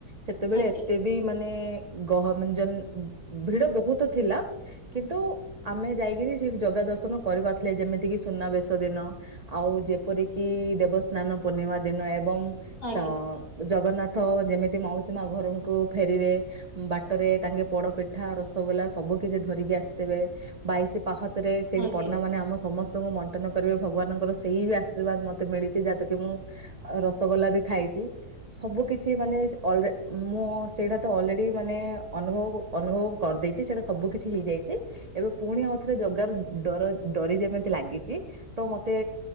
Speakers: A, on the right; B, on the left.
A: ସେତେବେଳେ
B: ଆଜ୍ଞା
A: ଏତେ ବି ମାନେ ଗହମ ଜ ଭିଡ ବହୁତ ଥିଲା। କିନ୍ତୁ ଆମେ ଯାଇକିନି ସେଠି ଜଗା ଦର୍ଶନ କରିପାରୁଥିଲେ, ଯେମିତିକି ସୁନାବେଶ ଦିନ। ଆଉ ଯେପରିକି ଦେବସ୍ନାନ ପୂର୍ଣ୍ଣିମା ଦିନ ଏବଂ
B: ଆଜ୍ଞା
A: ତ ଜଗନ୍ନାଥ ଯେମିତି ମାଉସୀ ମା ଘରଙ୍କୁ ଫେରିବେ। ବାଟରେ ତାଙ୍କେ ପୋଡ ପିଠା ରସଗୋଲା ସବୁ କିଛି ଧରିକି ଆସିଥିବେ ବାଇଶି ପାହାଚରେ ସେଠି
B: ଆଜ୍ଞା
A: ପଣ୍ଡା ମାନେ ଆମ ସମସ୍ତ ସ୍ତଙ୍କୁ ବଣ୍ଟନ କରିବେ ଭଗବାନଙ୍କର ସେଇ ବି ଆଶୀର୍ବାଦ ମତେ ମିଳିଛି ଯାହାକୁ କି ମୁଁ ଅ ରସଗୋଲା ବି ଖାଇଛି ସବୁ କିଛି ମାନେ ସେ ଅଲେ ଉଁ ମୁଁ ସେଇଟା ତ ଅଲରେଡି ମାନେ ଅନୁଭବକୁ ଅନୁଭବ କରିଦେଇଛି ସେଇଟା ସବୁ କିଛି ହେଇଯାଇଛି। ଏବେ ପୁଣି ଆଉଥରେ ଜଗାର ଡର ଡରି ଯେମିତି ଲାଗିଛି ତ ମତେ